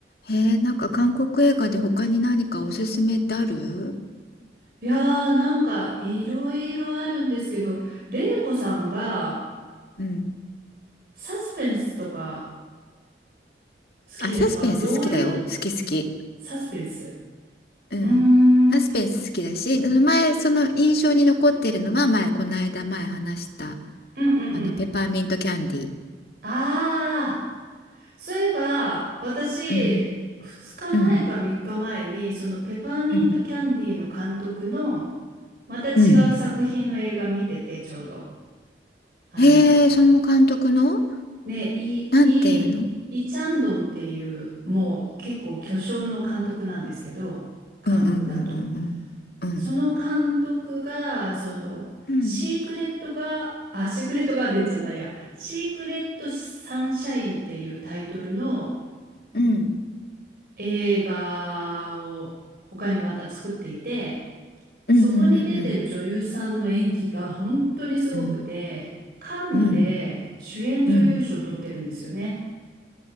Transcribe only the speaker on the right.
いやー、なんかいろいろあるんですけど、れいこさんが
サスペンスとか好きですかどういう
サスペンス
うーん。うん
うんうん。
ああ。そういえば、私、
2日前か3日前に、
そのペパーミントキャンディーの監督の、
また違う作品の映画見てて、
ちょうど。あの、
ね、イ、イ、
イチャンドンっていう、もう結構巨匠の監督なんですけど、韓国だと。
その監督が、その、
シークレットが、あ、シークレットガーデンじゃないや、シークレットサンシャインっていうタイトルの、
映画を他にまた作っていて、
そこに出てる女優さんの演技が本当にすごくて、
カンヌで主演女優賞を取ってるんですよね。